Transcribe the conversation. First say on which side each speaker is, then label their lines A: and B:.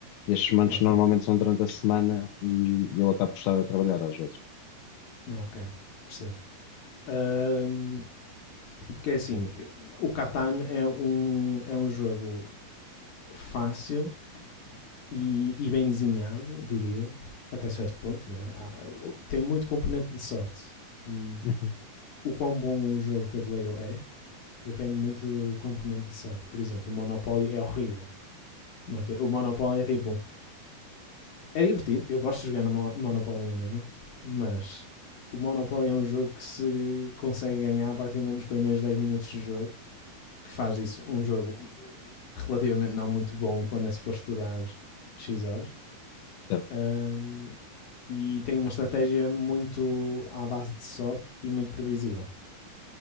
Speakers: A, on the left; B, on the left.
A: E estes mancos
B: lá está.
A: normalmente são durante a semana e eu acabo por estar a trabalhar às vezes.
B: Ok, percebo. Uh, Porque é assim, eh, o Catan é um, é um jogo fácil e, e bem desenhado, diria, até certo ponto, não é? Há- tem muito componente de sorte e
A: Uhum.
B: o quão bom um jogo de tabuleiro é depende muito do componente de sorte. Por exemplo, o Monopoly é horrível. ok? O Monopoly é tipo. É divertido, eu gosto de jogar no Mo- Monopoly na mesma, mas o Monopoly é um jogo que se consegue ganhar praticamente nos primeiros 10 minutos de jogo, que faz disso um jogo relativamente não muito bom quando é suposto durar X horas.
A: Certo?
B: Um, e tem uma estratégia muito à base de sorte e muito previsível.